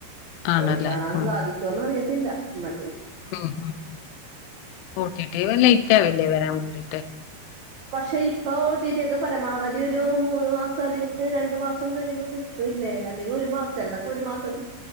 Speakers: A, on the left (about 85°); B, on the right (about 85°).
A: ആണല്ലേ
B: പോയി കാണാൻ
A: ഉം
B: സാധിക്കോന്ന് അറിയ ത്തില്ല മ
A: ഉം ഓ ടി ടി വ ലേറ്റാവില്ലേ വരാൻ വേണ്ടി
B: പക്ഷെ ഇപ്പൊ ഓ ടി ടി ഒക്കെ പരമാവധി ഒരു മൂന്ന് മാസം അല്ലെങ്കി രണ്ടു മാസം കഴിയുമ്പോ കിട്ടൂല്ലേ അല്ലെങ്കിൽ ഒരു മാസം ചെൽതൊക്കെ ഒരു മാസം